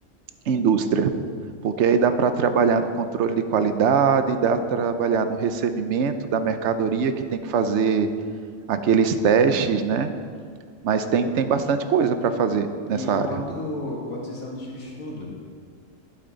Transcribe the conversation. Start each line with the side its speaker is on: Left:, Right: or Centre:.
Right: indústria. porque aí dá para trabalhar no controle de qualidade, dá para trabalhar no recebimento da mercadoria que tem que fazer aqueles testes, né? Mas tem, tem bastante coisa para fazer nessa
Left: E é
Right: área.
Left: quanto, quantos anos de estudo?